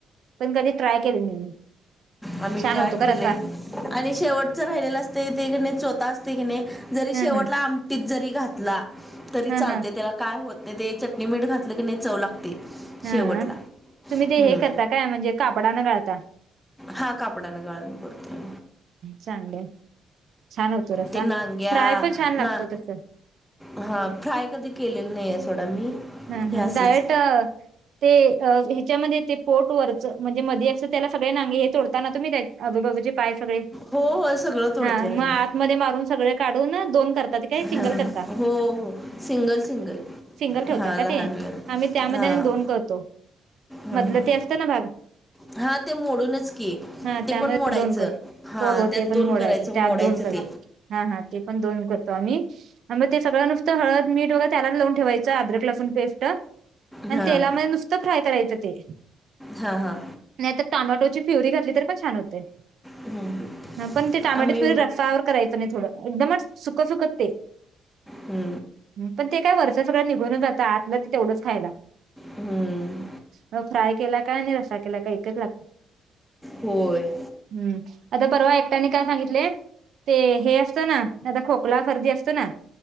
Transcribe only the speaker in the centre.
आम्ही
ट्राय
केलंय
आणि शेवटच राहिलेलं असतय ते की नाय चोता असतय की नाय जरी शेवटला
आमटीत जरी घातला तरी
चालतंय
त्याला काय होतं नाय ते चटणी मीठ घातलं की नाय चव लागतंय
शेवटला
हम्म.
हा कापड्याने गाळून करतो.
ते नांग्या
ना
हा फ्राय, कधी केलेलं नाही आहे सोडा, मी.
हे
असंच
हो हो सगळं तोडते
आम्ही
हा,
हो हो सिंगल - सिंगल.
हां लहान
लहान
हां
हां
हां
हा ते मोडूनच की
ते
पण मोडायचं
हा
त्यात
दोन
करायचं
मोडायचं
ते
हा
हा हा.
हम्म,
आम्ही
हु.
हम्म.
होय.